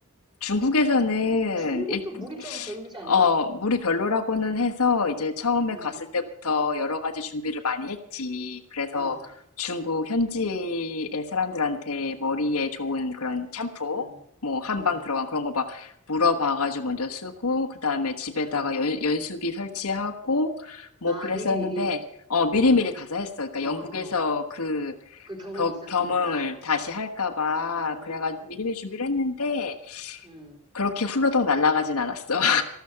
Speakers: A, on the left; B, on the right.
A: 중국에서는
B: 중국도
A: 일,
B: 물이 좀 별로지 않나?
A: 어, 물이 별로라고는 해서 이제 처음에
B: 응,
A: 갔을 때부터 여러 가지 준비를 많이 했지. 그래서
B: 응,
A: 중국 현지의 사람들한테 머리에 좋은 그런 샴푸,
B: 응,
A: 뭐 한방
B: 응,
A: 들어간 그런 거 막 물어봐가지고 먼저 쓰고, 그 다음에 집에다가
B: 응.
A: 연, 연수기 설치하고, 뭐
B: 아,
A: 그랬었는데,
B: 미리미리.
A: 어, 미리미리
B: 어,
A: 가서 했어. 그러니까 영국에서
B: 어, 어.
A: 그
B: 그 경험이
A: 겨-
B: 있었으니까.
A: 겸응을 다시 할까 봐.
B: 음,
A: 그래가
B: 음.
A: 미리미리 준비를 했는데,
B: 음.
A: 그렇게 훌러덩 날아가진 않았어.